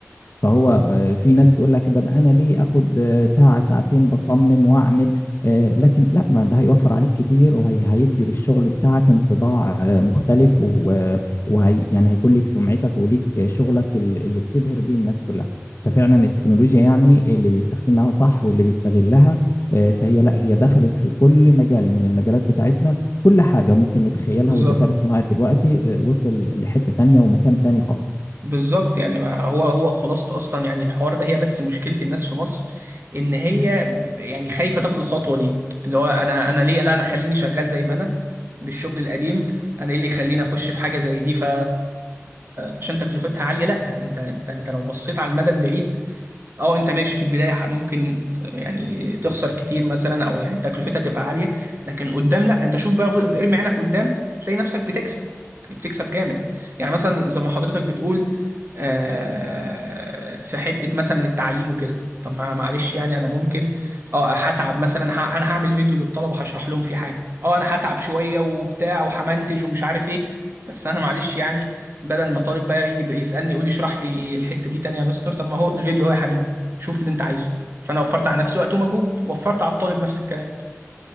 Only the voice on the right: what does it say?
بالظبط
بالظبط يعني ما هو هو خلاصة اصلا يعني الحوار ده هي بس مشكلة الناس في مصر ان هي يعني خايفة تاخد الخطوة دي اللي هو انا انا ليه لا انا خليني شغال زي ما انا بالشغل القديم انا ايه اللي يخليني اخش في حاجة زي دي ف عشان تكلفتها عالية لا انت انت انت لو بصيت على المدى البعيد اه انت ماشي في البدايه ح- ممكن يعني تخسر كتير مثلا او يعني تكلفتها تبقى عاليه لكن قدام لا انت شوف بقى ارمي عينك قدام تلاقي نفسك بتكسب يعني بتكسب جامد يعني مثلا زي ما حضرتك بتقول آه، في حته مثلا التعليم وكده طب ما معلش يعني انا ممكن اه هتعب مثلا ه- انا هعمل فيديو للطلبه هشرح لهم فيه حاجه اه انا هتعب شويه وبتاع وهمنتج ومش عارف ايه بس انا معلش يعني بدل ما طالب بقى يجي يسالني يقول لي اشرح لي الحته دي تانية يا مستر طب ما هو الفيديو اهو يا حبيبي شوف اللي انت عايزه فانا وفرت على نفسي وقت ومجهود وفرت على الطالب نفس الكلام